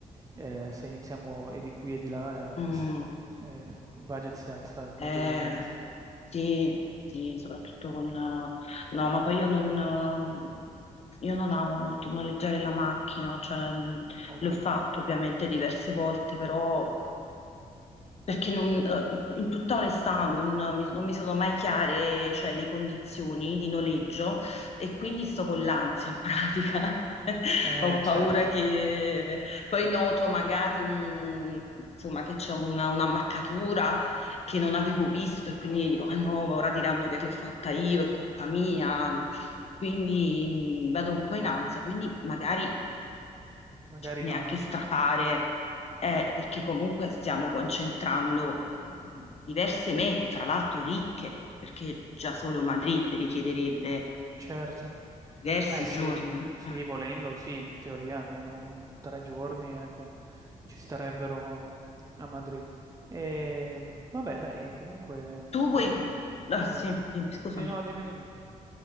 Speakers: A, on the right (about 25°); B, on the left (about 50°).
A: eh, se iniziamo e di qui e di là... eh,
B: mm.
A: eh, il budget si alza notevolmente.
B: Eh, sì, sì, soprattutto con... eh, No, ma poi io non, eh, io non amo molto noleggiare la macchina, cioè mh,
A: Okay.
B: l'ho fatto ovviamente diverse volte, però perché non, eh, in tutta onestà non mi, non mi sono mai chiare, cioè, le condizioni di noleggio e quindi sto con l'ansia in pratica. <laughs>
A: Eh,
B: Ho
A: certo,
B: paura che poi noto magari un- insomma, che c'è una, un'ammaccatura che non avevo visto e quindi dico, ah no, ora diranno che l'ho fatta io, è colpa mia. Quindi mh, vado un po' in ansia, quindi magari
A: magari
B: cioè, neanche
A: no, ecco.
B: strafare, eh, perché comunque stiamo concentrando mh, diverse mete, fra l'altro ricche, perché già solo Madrid richiederebbe
A: Certo.
B: diversi
A: Beh sì,
B: giorni.
A: sì,
B: Eh.
A: volendo sì, in teoria almeno un 3 giorni, ecco, ci starebbero a Madrid. Ehm, vabbè dai, comunque
B: Tu
A: oh,
B: vuoi... Ah,
A: sì.
B: sì, dimmi, scusami.
A: Sì, no, dimmi, dimmi.